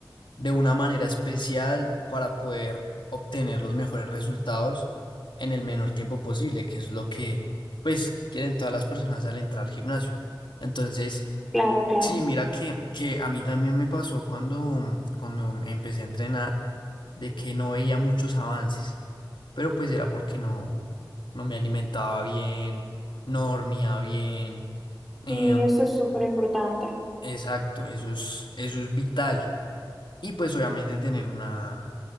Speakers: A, on the left; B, in the centre.
A: de una manera especial para poder obtener los mejores resultados en el menor tiempo posible, que es lo que, pues, quieren todas las personas al entrar al gimnasio. Entonces,
B: claro, claro.
A: Sí, mira que, que a mí también me pasó cuando, cuando empecé a entrenar, de que no veía muchos avances, pero pues era porque no, no me alimentaba bien, no dormía bien. em,
B: Y eso es súper importante.
A: exacto, eso es, eso es vital. Y pues obviamente tener una,